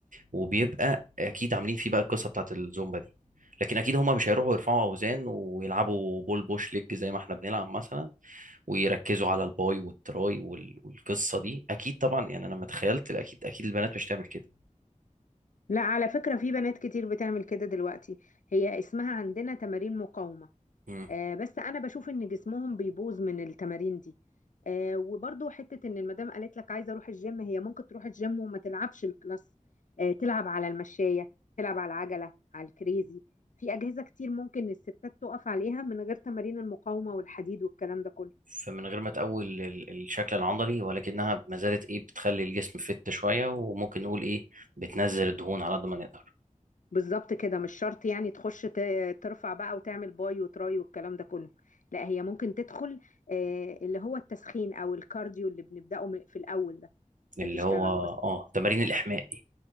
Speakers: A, on the right (about 75°); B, on the left (about 70°).
A: وبيبقى أكيد عاملين فيه بقى القصة بتاعت الزومبا دي لكن أكيد هما مش هيروحوا يرفعوا أوزان ويلعبوا بول بوش ليج زي ما إحنا بنلعب مثلا ويركزوا على الباي والتراي وال- والقصه دي اكيد طبعا يعني انا لما تخيلت اكيد اكيد البنات مش تعمل كده
B: لا على فكرة في بنات كتير بتعمل كده دلوقتي هي اسمها عندنا تمارين مقاومة
A: مم.
B: آه، بس انا بشوف ان جسمهم بيبوظ من التمارين دي آه، وبرضو حته ان المدام قالت لك عايزه اروح الجيم هي ممكن تروح الجيم وما تلعبش الكلاس آه، تلعب على المشايه تلعب على العجله على الكريزي في اجهزه كتير ممكن الستات تقف عليها من غير تمارين المقاومه والحديد والكلام ده كله
A: فمن غير ما تقول ال- الشكل العضلي ولكنها ما زالت ايه بتخلي الجسم فت شويه وممكن نقول ايه بتنزل الدهون على قد ما نقدر
B: بالظبط كده مش شرط يعني تخش ت- ترفع بقى وتعمل باي وتراي والكلام ده كله لا هي ممكن تدخل آه، اللي هو التسخين او الكارديو اللي بنبداه من- في الاول ده
A: اللي
B: آه، تشتغله
A: هو
B: بس
A: اه تمارين الاحماء دي